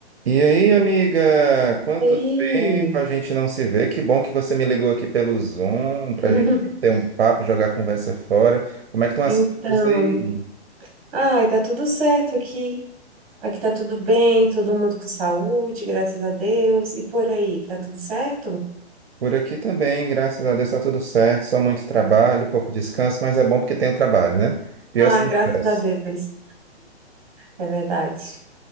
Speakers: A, on the right; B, on the right.
A: E aí, amiga, quanto
B: Oi.
A: tempo a gente não se vê? Que bom que você me ligou aqui pelo Zoom para
B: <laughs>
A: a gente ter um papo, jogar a conversa fora. Como é que estão as
B: Então,
A: coisas aí?
B: ai, tá tudo certo aqui. Aqui tá tudo bem, todo mundo com saúde, graças a Deus. E por aí, tá tudo certo?
A: Por aqui também, graças a Deus está tudo certo, só muito trabalho, pouco descanso, mas é bom porque tem o trabalho, né? Pior
B: Ai,
A: se não
B: graças
A: tivesse.
B: a Deus, é verdade.